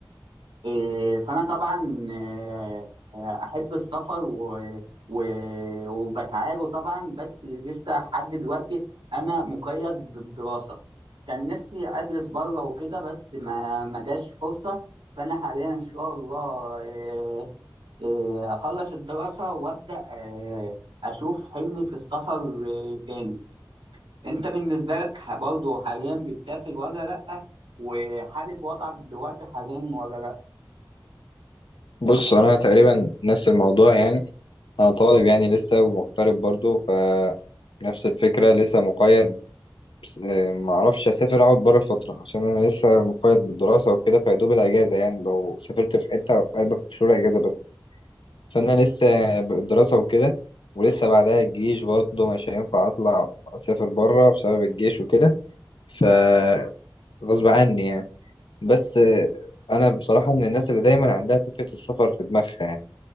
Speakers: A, on the right; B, on the left.
A: إيه فانا طبعا آه، احب السفر و و وبسعى له طبعا بس لسه لحد دلوقتي انا مقيد بالدراسه كان نفسي ادرس بره وكده بس ما ما جاش فرصه فانا حاليا ان شاء الله آه، آه، اخلص الدراسه وابدا آه، اشوف حلمي في السفر آه، تاني انت بالنسبه لك برضه حاليا بتسافر ولا لا وحابب وضعك دلوقتي حاليا ولا لا
B: بص انا تقريبا نفس الموضوع يعني انا طالب يعني لسه ومغترب برضو فنفس الفكره لسه مقيد آه، معرفش اسافر اقعد بره فتره عشان انا لسه مقيد بالدراسه وكده فيدوب الاجازه يعني لو سافرت في حته هيبقى في شهور اجازه بس فانا لسه بالدراسه وكده ولسه بعدها الجيش برضو مش هينفع اطلع اسافر بره بسبب الجيش وكده فغصب عني يعني بس آه، انا بصراحه من الناس اللي دايما عندها فكره السفر في دماغها يعني.